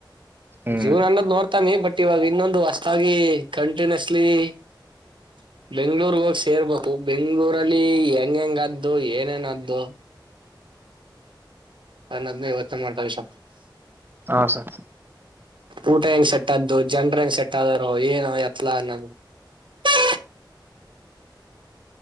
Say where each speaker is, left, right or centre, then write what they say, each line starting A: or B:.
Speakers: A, on the right (about 25°); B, on the right (about 80°).
A: ಹ್ಮ್
B: ಜೀವನ್ ಅನ್ನೋದ್ ನೋಡ್ತಾನಿ ಬಟ್ ಇವಾಗ ಇನ್ನೊಂದು ಹೊಸತಾಗಿ ಕಂಟಿನ್ಯೂಸ್ಲಿ ಹ್ಮ ಬೆಂಗ್ಳೂರ್ ಹೋಗಿ ಸೇರ್ಬೇಕು ಬೆಂಗ್ಳೂರಲ್ಲಿ ಹೆಂಗ್ ಹೆಂಗದ್ದು ಏನೇನದ್ದು ಹ ನದ್್ಮೆ ಇವತ್ತ ಮಾಡ್ತಾವ ವಿಷ
A: ಹಾ ಸರ್
B: ಊಟ ಹೆಂಗ್ ಸೆಟ್ ಆದದ್ದು ಜನ್ರ ಹೆಂಗ್ ಸೆಟ್ ಆದದರು ಏನ ಎತ್ಲ ಅನ್ನೋದು ಹ